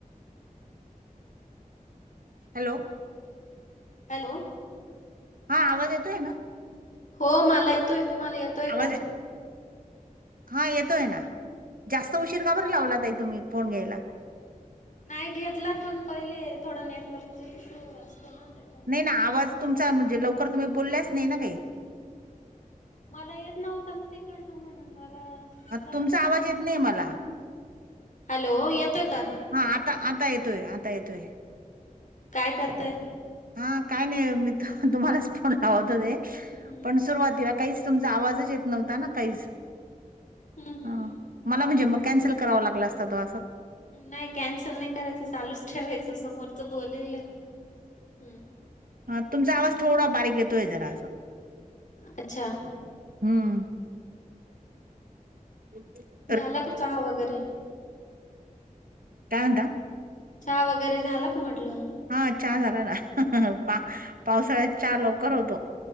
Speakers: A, on the right; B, on the left.
A: हॅलो.
B: हॅलो.
A: हा आवाज येतोय ना?
B: हो मला येतोय तुम्हाला येतोय
A: आवाज
B: का?
A: हा येतोय ना जास्त उशीर का बर लावला ताई तुम्ही फोन घ्यायला?
B: नाय घेतला पण पहिले थोडं नेटवर्कचा इश्यू असतो ना त्याच्या
A: नाय ना आवाज तुमचा म्हणजे लवकर तुम्ही बोलल्याच नाय ना काही.
B: मला येत नव्हतं ना तिकडनं म्हणून मला कळालं
A: तुमचा
B: नाही
A: आवाज येत नाय मला.
B: हॅलो येतोय का?
A: हा आता आता येतोय आता येतोय.
B: काय करताय?
A: हा काय नाय मी तुम्हालाच फोन लावतच होते
B: हम्म
A: पण सुरुवातीला कायच तुमचा आवाज येत न्हवता ना काहीच
B: हम्म हम्म
A: हा मला म्हणजे कॅन्सल करावां लागला असत तो असं.
B: नाय कॅन्सल नाय करायचं चालूच ठेवायचं समोरच बोलेल हम्.
A: ह तुमचा आवाज थोडा बारीक येतोय जरासं.
B: अच्छा
A: हम्म. <inaudible>
B: झाला का चहा वगैरे?
A: काय म्हनता?
B: चहा वगैरे झाला का म्हटलं?
A: हा चहा झाला ना पा- पावसाळ्यात चहा लवकर होतो.